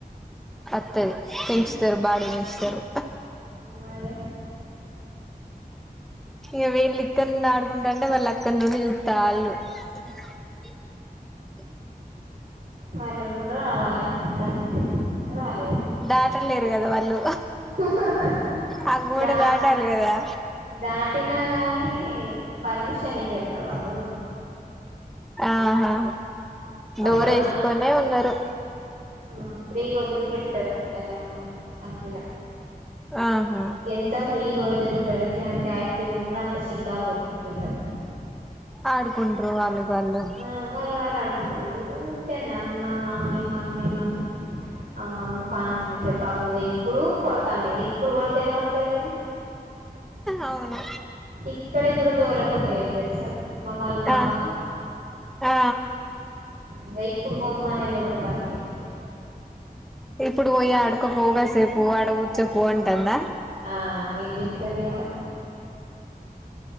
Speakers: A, in the centre; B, on the right.
A: వత్తది పెంచుతారు బాడి పెంచుతారు
B: మరి
A: ఇంక వీళ్ళు ఇక్క ఆడుకుంటా ఉంటే మళ్ళీ అక్కడి నుండి చూతాళ్ళు <inaudible>
B: వాళ్ళకి కూడ రావాలని <unintelligible> కాని రాలేరు
A: దాటలేరు కదా వాళ్ళు
B: <unintelligible>
A: ఆ గోడ దాటాలి కదా
B: దాటినా గాని పర్మిషన్ ఇయ్యరు ర వాళ్ళు
A: ఆహా
B: వాళ్ళు
A: డోర్ వేసుకొనే ఉన్నారు
B: హమ్ ఫ్రీ గా వదిలి పెట్టదు వాళ్ళ అమ్మా అసల
A: ఆహా
B: ఎంత ఫ్రీగా వదిలి పెడితే అంత యాక్టివ్గ ఉంటారు అంత షికాకు పెట్టరు పిల్లలు
A: ఆడుకు <unintelligible> రు వాళ్ళకి వాళ్ళు
B: ఆ వాళ్ళ వాళ్ళ ఆడుకుంటారు ఊరికి <unintelligible> అమ్మా మమ్మీ మమ్మి మమ్మీ ఆ మమ్మీ పానందంట పాప ఇప్పుడు కొడతాంది ఇప్పుడు కొడితే ఏమోతాది
A: అవును
B: ఇక్కడకి కూడ దోలేకపోయేది తెలుస మమ్మల్ని నమ్మక
A: ఆ ఆ
B: ఇంక ఇప్పుడు పోమ్మని <unintelligible>
A: ఇప్పుడు పోయి ఆడుకోపో కాసేపు ఆడ కూర్చోపో అంటుంద
B: ఆ ఏం చెప్తాది ఇగ మరి